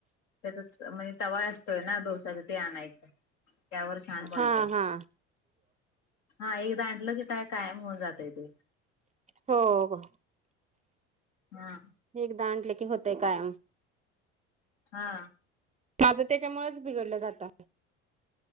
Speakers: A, on the left; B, on the right.
A: त्या म्हणजे तवा असतोय ना डोसाच ते आणायचं त्यावर. छान बणत
B: हा हा
A: हा एकदा आणल की काय कायम होऊन जातय ते.
B: हो का?
A: हा.
B: एकदा आणले की होतेय कायम.
A: हा.
B: माझं त्याच्यामुळेच बिघडलं जातं.